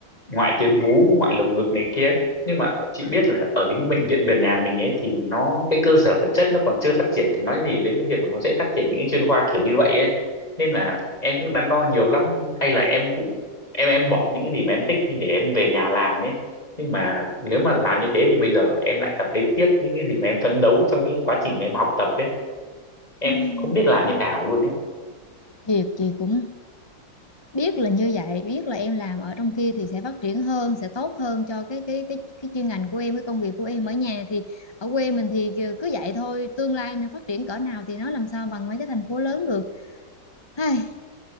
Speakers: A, on the left; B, on the left.
A: ngoại tuyến vú ngoại lồng ngực này kia nhưng mà chị biết là ở cái những bệnh viện gần nhà mình ấy thì nó cái cơ sở vật chất nó còn chưa phát triển thì nói gì đến cái việc mà nó sẽ phát triển những cái chuyên khoa kiểu như vậy ấy nên là em cũng đắn đo nhiều lắm hay là em cũng em em bỏ những cái gì mà em thích đi để em về nhà làm ấy nhưng mà nếu mà làm như thế thì bây giờ em lại cảm thấy tiếc những cái gì mà em phấn đấu trong cái quá trình mà em học tập ấy em
B: Ừm,
A: không biết làm như nào luôn ấy
B: thiệt chị cũng biết là như vậy biết là em làm ở trong kia thì sẽ phát triển hơn sẽ tốt hơn cho cái cái cái cái chuyên ngành của em cái công việc của em ở nhà thì ở quê mình thì ờ, cứ vậy thôi tương lai nó phát triển cỡ nào thì nó làm sao bằng mấy cái thành phố lớn được Ai,